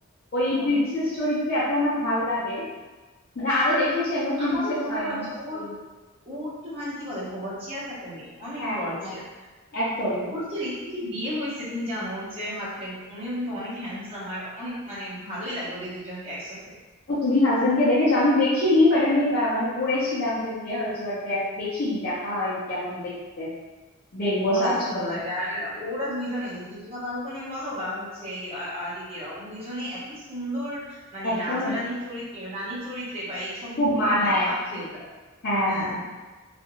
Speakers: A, on the left; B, on the right.
A: ওই
B: ও,
A: প্রিন্সেস চরিত্রে এত আমার ভাল লাগে মানে আরো দেখেছি আমি প্রিন্সেস
B: আমারও মনে
A: হয়
B: হয়
A: মোস্টলি
B: যে ওর ও তো মানে কি বলে গর্জিয়াস একটা মেয়ে অনেক
A: হ্যাঁ
B: গর্জিয়াস
A: হ্যাঁ একদমই
B: ওর যে রিসেন্টলি বিয়ে হয়েছে তুমি জানো ওর যে হাজবেন্ড উনিও কিন্তু অনেক হ্যান্ডসাম আর অনেক মানে ভালোই লাগে ওদের দুইজনকে একসাথে
A: ও তুমি হাজবেন্ডকে দেখেছো আমি দেখিনি বাট আমি আহ, মানে পড়েছিলাম যে বিয়ে হয়েছে বাট দেখিনি দেখা হয়নি কেমন দেখতে দেখবো
B: অনেক
A: সার্চ
B: সুন্দর
A: করে
B: লাগে আর ওরা দুইজনে এই দীপিকা পাড়ুকোনই বলো বা হচ্ছে এই আ- আদিতিরাও দুইজনেই এত সুন্দর মানে
A: একদমই
B: রাজা রানীর চরিত্রে রানীর চরিত্রে বা এইসব
A: খুব
B: মুভিতে
A: মানায়
B: অনেক খাপ খেয়ে যায়
A: হ্যাঁ
B: হ্যাঁ
A: হ্যাঁ